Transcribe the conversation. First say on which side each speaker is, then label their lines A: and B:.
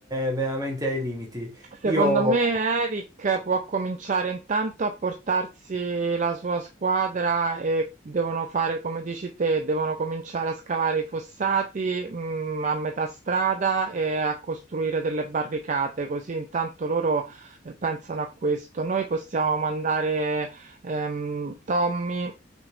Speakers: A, on the right; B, on the right.
A: veramente ai limiti.
B: Secondo
A: Io
B: me Eric può cominciare intanto a portarsi la sua squadra e devono fare come dici te, devono cominciare a scavare i fossati, mh, a metà strada e a costruire delle barricate, così intanto loro eh, pensano a questo. Noi possiamo mandare ehm, Tommy